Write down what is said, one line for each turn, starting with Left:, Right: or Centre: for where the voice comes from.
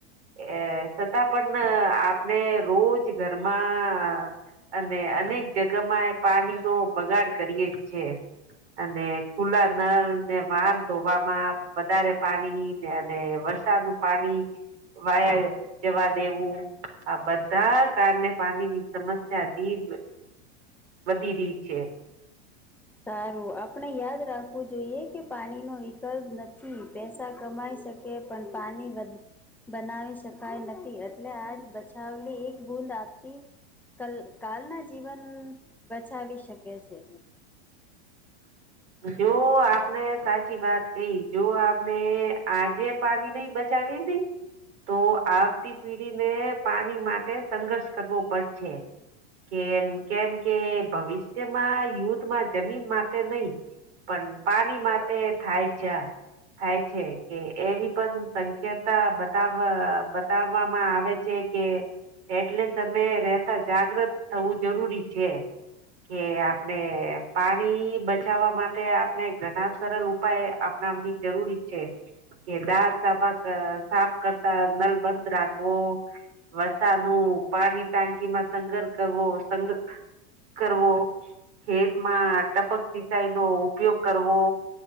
Right: એ છતાં પણ આપણે રોજ ઘરમાં અને અનેક જગામાં એ પાણી નો બગાડ કરીએ જ છે. અને ખુલ્લા નળ ને વાહન ધોવામાં વધારે પાણી અને વ સાદું પાણી વાયર જવા દેવું. આ બધા કારણે પાણી ની સમસ્યા દી વધી રીત છે.
Centre: સારું આપણે યાદ રાખવું જોઈએ. કે પાણી નો વિકલ્પ નથી. પૈસા કમાઈ શકે. પણ પાણી વધ બનાવી શકાય નથી. એટલે આજ બચાવલી એક બૂદ આપતી કલ કાલના જીવન બચાવી શકે છે.
Right: જો આપણે સાચી વાત કહી. જો આપણે આજે પાણી નહી બચાવ દ તો આવતી પીઢીને પાણી માટે સંઘર્ષ કરવો પડશે. કેમ કેમ કે ભવિષ્યમાં યુદ્ધમાં જમીન માટે નહી પણ પાણી માટે થાય છે. થાય છે કે એવી પણ સંક્યતા બતાવ બતાવવામાં આવે છે. કે એટલે તમે રેતા જાગ્રત થવું જરૂરી છે. કે આપણે પાણી બચ બચાવા માટે આપણે ઘણા સરલ ઉપાય આપણાની જરૂરી છે. કે દાળ સાાબાક સાફ કરતા નલ બંધ રાખવો. વરસા નું પાણી ટાંકીમાં સંગર કરવો. સંગ કરવો. ખેતમાં ટપક સિસાઈ નો ઉપયોગ કરવો.